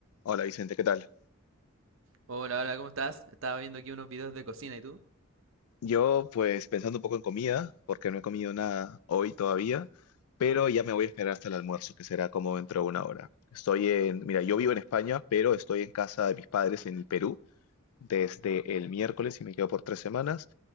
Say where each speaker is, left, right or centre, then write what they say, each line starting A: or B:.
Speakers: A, on the left; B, on the right.
A: Hola Vicente, ¿qué tal?
B: Hola, hola, ¿cómo estás? Estaba viendo aquí unos videos de cocina, ¿y tú?
A: Yo pues pensando un poco en comida, porque no he comido nada hoy todavía, pero ya me voy a esperar hasta el almuerzo, que será como dentro de una hora. Estoy en, mira, yo vivo en España, pero estoy en casa de mis padres en Perú desde el miércoles y me quedo por tres semanas.